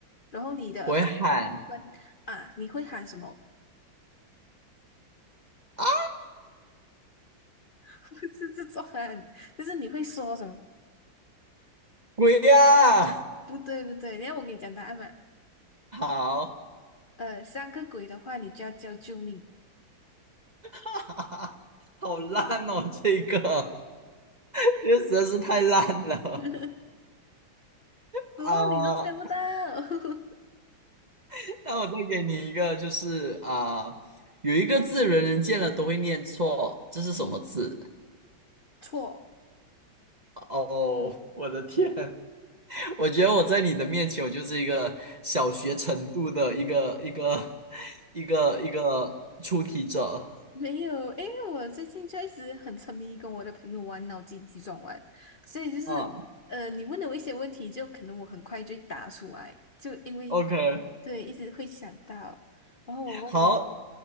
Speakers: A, on the left; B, on the right.
A: 然后你的关关啊，
B: 我会喊
A: 你会喊什么？
B: 啊，
A: <laughs> 是这种喊，就是你会说什么？
B: 鬼呀、
A: 不对不对，然后我给你讲答案嘛，
B: 好，
A: 呃，三个鬼的话，你就要叫救命，
B: <laughs> 好烂哦，这个，这个实在是太烂了
A: <laughs>
B: 啊、
A: 怎么你都猜不到？
B: 呃
A: <laughs>
B: <laughs> 那我再给你一个，就是啊、有一个字人人见了都会念错，这是什么字？
A: 嗯，错。
B: <laughs> 哦，我的天，<laughs> 我觉得我在你的面前，我就是一个小学程度的一个一个 <laughs> 一个一个出题者
A: 没有，诶，我最近就一直很沉迷跟我的朋友玩脑筋急转弯，所以就是呃，
B: 啊。
A: 你问的我一些问题，就可能我很快就答出来，就因为
B: OK，
A: 对一直会想到。然后我问你
B: 好